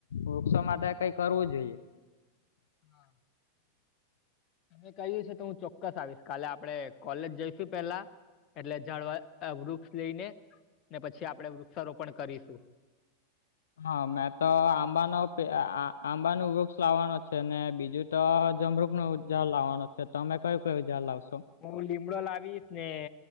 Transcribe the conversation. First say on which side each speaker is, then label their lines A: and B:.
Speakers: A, on the left; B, on the left.
A: વૃક્ષો માટે કઈ કરવું જોઈએ.
B: હા. તમે કહ્યું છે તો હું ચોક્કસ આવીશ કાલે આપણે કોલેજ જઈશું પેલા એટલે ઝાડવા વૃક્ષ લઈને ને પછી આપણે વૃક્ષારોપણ કરીશું.
A: હા મેં તો આંબાનો આ આંબાનો વૃક્ષ લાવવાનો છે ને બીજું તો જમરૂકનો ઝાડ લાવવાનું છે તમે કયું કયું ઝાડ લાવશો.
B: તો હું લીમડો લાવીશ ને